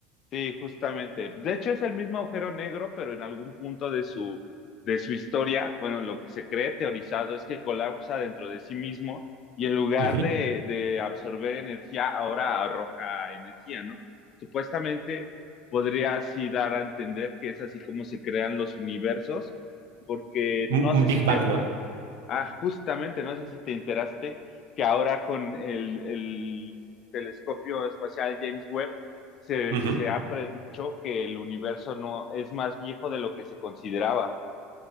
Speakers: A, on the left; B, on the right.
A: Sí, justamente. De hecho, es el mismo agujero negro, pero en algún punto de su, de su historia, bueno, lo que se cree teorizado es que colapsa dentro de sí mismo y en lugar
B: Ujú.
A: de, de absorber energía, ahora arroja energía, ¿no? Supuestamente podría así dar a entender que es así como se crean los universos, porque no
B: Un, un
A: sé
B: Big
A: si
B: Bang,
A: te
B: ¿no?
A: Ah, justamente, no sé si te enteraste que ahora con el, el telescopio espacial James Webb se,
B: Ujú.
A: se ha predicho que el universo no es más viejo de lo que se consideraba.